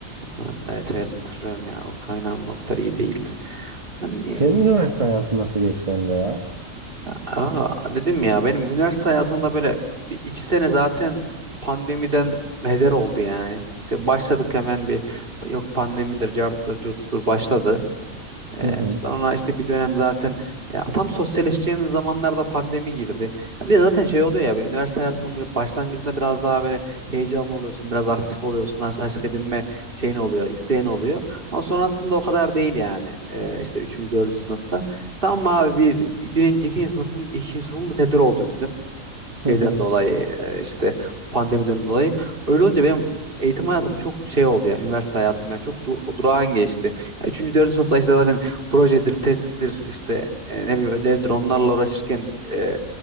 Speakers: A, on the right; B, on the right.
A: Ha, Evet evet hatırlıyorum ya Ukrayna'nın o kadar iyi değildi. Hani
B: Senin üniversite hayatın nasıl geçti Emre ya?
A: aa, dedim ya benim üniversite hayatımda böyle bir- iki sene zaten pandemiden heder oldu yani. İşte başladık hemen bir yok pandemidir, cartıdır, curtudur başladı. Ee,
B: Hı hı.
A: sonra işte bir dönem zaten ya tam sosyalleşeceğimiz zamanlarda pandemi girdi. Ya bir de zaten şey oluyor ya böyle üniversite hayatının böyle başlangıcında biraz daha böyle heyecanlı oluyorsun, biraz aktif oluyorsun, arkadaşlık edinme şeyin oluyor, isteyen oluyor. Ama sonrasında o kadar değil yani ee, işte üçüncü, dördüncü sınıfta. Tam abi bir, birinci, ikinci sınıfım, ikinci sınıfımız heder oldu bizim şeyden
B: Hı hı.
A: dolayı e, işte bu pandemiden dolayı. Öyle olunca benim eğitim hayatım çok şey oldu ya üniversite hayatım ya çok du- durağan geçti. Yani üçüncü, dördüncü sınıfta işte zaten projedir, testtir işte e, ne bileyim ödevdir onlarla uğraşırken e,